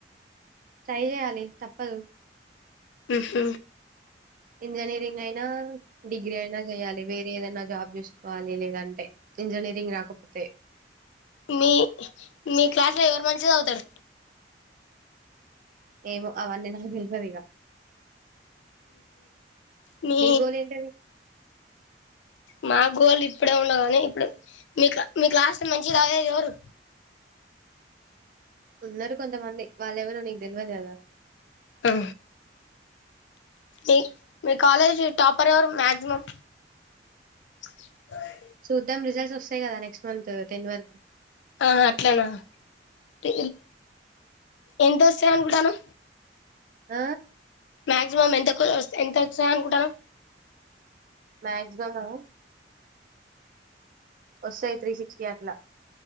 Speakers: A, on the right; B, on the left.
A: ట్రై చేయాలి తప్పదు
B: ఉమ్
A: ఇంజనీరింగ్ అయితే డిగ్రీనా చేయాలి వేరే ఏదనా జాబ్ చేూసుకోవాలి లేదంటే ఇంజనీరింగ్ రాకపోతే
B: మీ మీ క్లాస్ లో ఎవరు మంచిది అవుతారు
A: ఏమో అవన్నీ నాకు తెలుసంది ఇక
B: మీ
A: నీ గోల్ ఏంటది?
B: మా గోల్డ్ ఇప్పుడే ఉండవు కానీ ఇప్పుడు మీకు మీకులాస్ మంచి గేదు ఎవరు
A: ఉన్నారు కొంతమంది వాళ్ళెవరు నీకు తెలియదు కదా
B: ఆ మీ మీ కాలేజ్ టాపర్ ఎవరు మాక్సిమం స
A: చూద్దాం రిజల్ట్స్ వస్తాయి కదా నెక్స్ట్ మంత్ టెన్ వరక్
B: ఆహా అట్లేనాల్ ఎంత వస్తా అను కూడాడాను
A: ఆ
B: మాక్సిమం ఎంత ఎంత వస్తాయ అనుకుంటారు
A: మాక్సిమమ్ వస్తాయి త్రీ సిక్స్టీ అట్లా